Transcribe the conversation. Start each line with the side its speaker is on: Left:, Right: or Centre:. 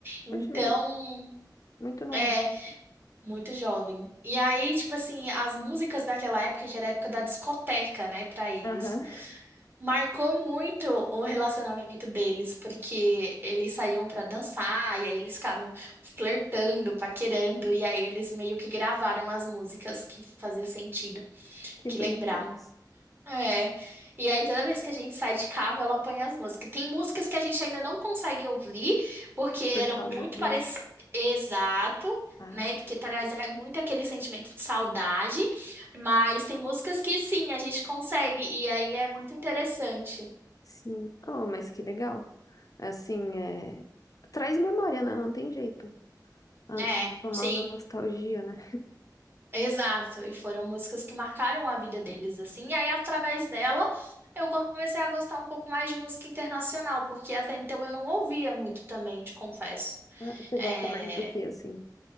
Right: então
Left: Poxa vida, muito novo.
Right: é muito jovem. E aí, tipo assim, as músicas daquela época, que era a época da discoteca, né, pra eles.
Left: Aham,
Right: Marcou muito o relacionamento deles, porque eles saíam pra dançar, e aí eles ficavam flertando, paquerando, e aí eles meio que gravaram as músicas que fazia sentido,
Left: Que
Right: que lembrava.
Left: bonitinhos.
Right: É. E aí toda vez que a gente sai de carro, ela põe as músicas. Tem músicas que a gente ainda não consegue ouvir, porque eram
Left: Por causa
Right: muito
Left: dele.
Right: parecidas. Exato,
Left: Ah,
Right: né? Porque traz muito aquele sentimento de saudade, mas tem músicas que sim, a gente consegue, e aí é muito interessante.
Left: sim. Oh, mas que legal. Assim, é... Traz memória, né? Não tem jeito. A
Right: É,
Left: famosa
Right: sim,
Left: nostalgia, né?
Right: exato. E foram músicas que marcaram a vida deles, assim. E aí, através dela, eu comecei a gostar um pouco mais de música internacional, porque até então eu não ouvia muito também, te confesso.
Left: Ah, você
Right: É,
Left: gosta mais do que, assim?